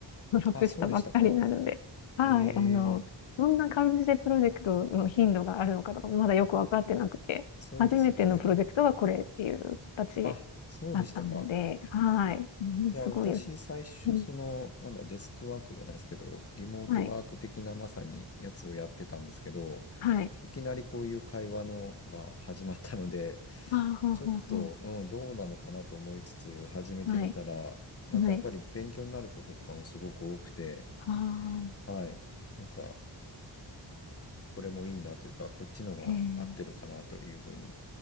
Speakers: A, on the left; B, on the left.
A: 登録したばっかりなので、
B: あ、そうでしたか。
A: はい、
B: え
A: あの、
B: え、
A: どんな感じでプロジェクトの頻度があるのかとか、まだよくわかってなくて、
B: そうですよね。
A: 初めてのプロジェクトはこれっていう形
B: あ、そうでしたか。
A: だったので、はい。うんすごいよ。
B: いや、私、最初、
A: うん
B: その、なんだ、デスクワークじゃないですけど、リモートワーク的なまさにやつをやってたんですけど、
A: はい。はい。
B: いきなりこういう会話のが始まったので、
A: ああ、ほうほうほう。
B: ちょっと、うん、どうなのかなと思いつつ、始めてみたら、
A: はい。
B: なんかやっぱり勉強になることとかもすごく多くて、
A: はい。ああ、
B: はい、なんか、これもいいなというか、こっちのが合ってるかなというふうに、
A: ええ